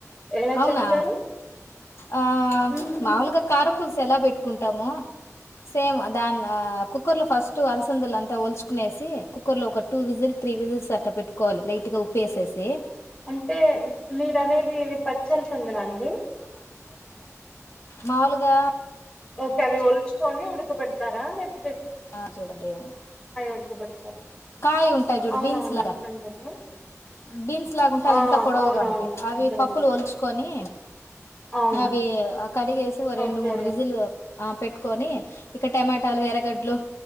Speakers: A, on the left; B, on the left.
A: ఎలా
B: అవునా
A: చేస్తారు
B: ఆ
A: హ్మ్.
B: మాముూలుగా కారంపులుస్ ఎలా పెట్టుకుంటాము సేమ్ దాని కుక్కర్ లో ఫస్ట్ అలసందులు అంతా వల్చుకునేసి కుక్కర్ లో ఒక టూ విజిల్ త్రీ విజిల్స్ అట్ట పెట్టుకోవాలి లైట్ గా ఉప్పేసేసి తే
A: అంటే మీరు అనేది ఇది పచ్చి అలసందలా అండి
B: మావులుగా
A: ఓకే అవి ఒల్చుకొని ఉడకబెడతారా లేక
B: ఆ చూడండి
A: ఉడకబెడతారా?
B: కాయ ఉంటాయి చూడు
A: అవునవును.
B: బీన్స్ లాగా,
A: అలసందలు.
B: బీన్స్ లాగా ఉంటాయి
A: ఆ!
B: ఇంకా పొడవుగా
A: అవునవును.
B: ఉంటాయి అవి
A: అర్థమైంది.
B: పప్పులు ఒల్చుకొని
A: అవును.
B: అవి ఆ కడిగేసి ఓ రెండు
A: ఓకే.
B: మూడు విజులు ఆ పెట్టుకొని ఇక టమాటాలు ఎరగడ్లు